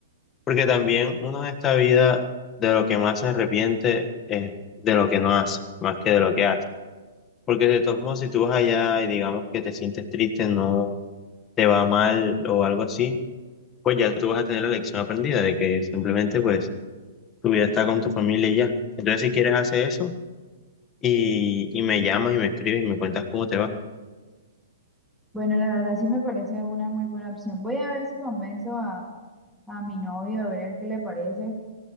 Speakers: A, on the left (about 25°); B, in the centre.
A: Porque también uno en esta vida de lo que más se arrepiente es de lo que no hace, más que de lo que hace. Porque de todos modos, si tú vas allá y digamos que te sientes triste, no te va mal o algo así, pues ya tú vas a tener la lección aprendida de que simplemente pues tu vida está con tu familia y ya. Entonces si quieres hacer eso y, y me llamas y me escribes y me cuentas cómo te va.
B: Bueno, la verdad sí me parece una muy buena opción. Voy a ver si convenzo a, a mi novio, a ver el qué le parece,